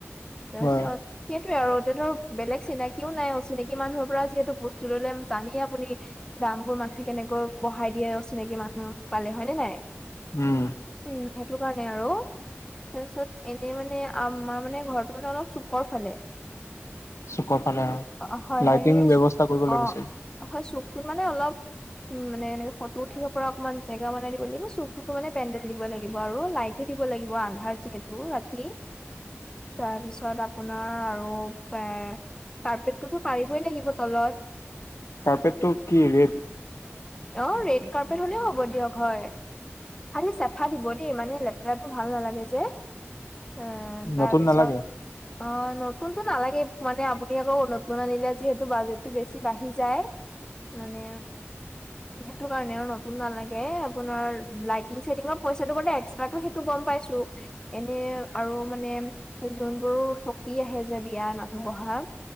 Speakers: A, on the left (about 15°); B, on the left (about 90°).
A: তাৰছত
B: হয়
A: সেইটোৱে আৰু এতিয়াটো আৰু বেলেগ চিনাকিও নাই অচিনাকি মানুহৰ পৰা যিহেতু বস্তু ল'লে জানেই আপুনি দাম বোৰ মানুহে কেনেকৈ বঢ়াই দিয়ে, অচিনাকি মানুহ পালে হয় নে নাই?
B: উম।
A: উম, সেটো কাৰণে আৰু তাৰছত এনেই মানে আমাৰ মানে ঘৰতো মানে অলপ চুকৰ ফালে।
B: চুকৰ ফালে হয়,
A: অ', হয়,
B: লাইটিং
A: হয়, সেই
B: ব্যৱস্থা
A: চু
B: কৰিব
A: অ',
B: লাগিছিল।
A: হয় চুকটোত মানে অলপ উম মানে এনেকে ফটো উঠিব পৰা অকমান জেগা বনাই দি ব চুকটোতো মানে পেণ্ডেল দিব লাগিব আৰু লাইটো দিব লাগিব, আন্ধাৰ যিহেতু ৰাতি। তাৰপিছত আপোনাৰ আৰু পে কাৰ্পেটটোতো পাৰিবই লাগিব তলত।
B: কাৰ্পেটটো কি ৰেড?
A: অঁ ৰেড কাৰ্পেট হ'লেও হ'ব দিয়ক হয়। খালি চেফা দিব দেই মানে লে -তেৰাটো ভাল নালাগে যে, এ তাৰপিছত
B: নতুন নালাগে
A: অ নতুনটো নালাগে মানে আপুনি আকৌ নতুন আনিলে যিহেঁতু বাজেটটো বেছি বাঢ়ি যায়। মানে সেইটো কাৰণে আৰু নতুন নালাগে আপোনাৰ লাইটিং চাইটিঙৰ পইছাটো মানে এক্সট্ৰাকৈ সেইটো গম পাইছোঁ। এনে আৰু মানে যোনবোৰ চকী আহে যে বিয়াৰ মানুহ বহা